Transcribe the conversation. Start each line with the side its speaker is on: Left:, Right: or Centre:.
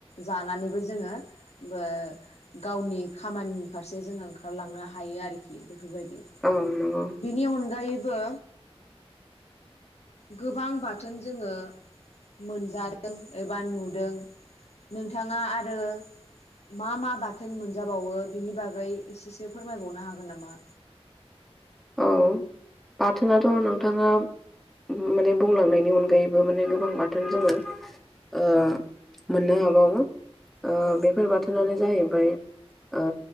Left: जानानैबो जोङो बो गावनि खामानि फारसे जोङो ओंखारलांनो हायो आरोखि बेफोरबायद दि
Centre: औ नंगौ
Left: बिनि अनगायैबो गोबां बाथोन जोङो मोनजादों एबा नुदों नोंथाङा आरो मा मा बाथोन मोनजाबावो बिनि बागै एसेसो फोरमायबावनो हागोन नामा?
Centre: औ बाथोनथ' नोंथाङा माने बुंलांनायनि अनगायैबो माने गोबां बाथोन जोङो ओ मोननो हाबावो ओ
Left: औ
Centre: बेफोरबाथ बाथोनानो जाहैबाय ओ